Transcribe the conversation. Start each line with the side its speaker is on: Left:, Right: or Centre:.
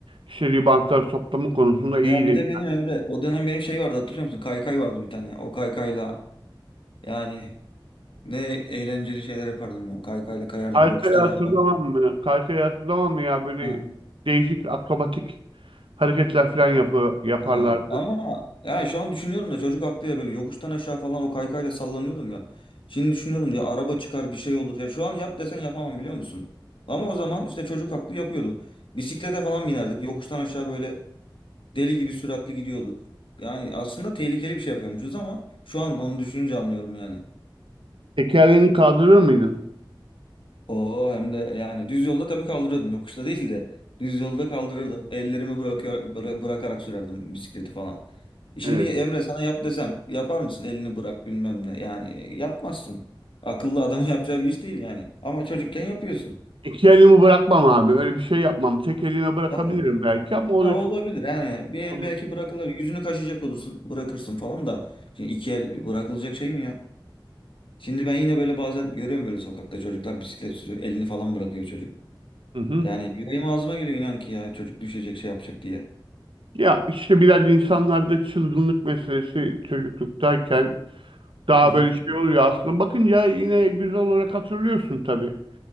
Right: İşte ribantlar toplama konusunda iyiydi.
Left: Ya bir de benim Emre o dönem benim şey vardı hatırlıyor musun? Kaykay vardı bir tane. O kaykayla yani ne eğlenceli şeyler yapardım ya. Kaykayla kayardım.
Right: Kaykayı
Left: Yokuştan
Right: hatırlamam
Left: aşağı falan.
Right: mı? Kaykayı hatırlamam mı ya? Böyle
Left: Ha,
Right: değişik akrobatik hareketler falan yapı yaparlardı.
Left: evet. Ama ya şu an düşünüyorum da çocuk aklıyla böyle yokuştan aşağı falan o kaykayla sallanıyordum ya. Şimdi düşünüyorum ya araba çıkar bir şey olur. Ya şu an yap desen yapamam biliyor musun? Ama o zaman işte çocuk aklı yapıyordum. Bisiklete falan binerdik. Yokuştan aşağı böyle deli gibi süratli gidiyorduk. Yani aslında tehlikeli bir şey yapıyormuşuz ama şu an onu düşününce anlıyorum yani.
Right: Tekerleğini kaldırır mıydın?
Left: Oo hem de yani düz yolda tabii kaldırıyordum. Yokuşta değil de düz yolda kaldırırdım. Ellerimi bırakıyor bıra- bırakarak sürerdim bisikleti falan. E Şimdi
Right: Evet.
Left: Emre sana yap desem yapar mısın? Elini bırak bilmem ne. Yani e, yapmazsın. Akıllı adamın <laughs> yapacağı bir iş değil yani. Ama çocukken yapıyorsun.
Right: İki elimi bırakmam abi. Öyle bir şey yapmam. Tek elime bırakabilirim
Left: Tabii.
Right: belki ama o
Left: Ha,
Right: da
Left: o olabilir
Right: çok
Left: yani. Bir
Right: olmaz.
Left: el belki bırakılır. Yüzünü kaşıyacak olursun. Bırakırsın falan da. Şimdi iki el bırakılacak şey mi ya? Şimdi ben yine böyle bazen görüyorum böyle sokakta çocuklar bisiklet sürüyor. Elini falan bırakıyor çocuk.
Right: Hı hı.
Left: Yani yüreğim ağzıma geliyor inan ki ya çocuk düşecek şey yapacak diye.
Right: Ya işte biraz insanlarda çılgınlık meselesi çocukluktayken Daha
Left: Hı hı.
Right: böyle şey oluyor aslında. Bakınca yine güzel olarak hatırlıyorsun tabii.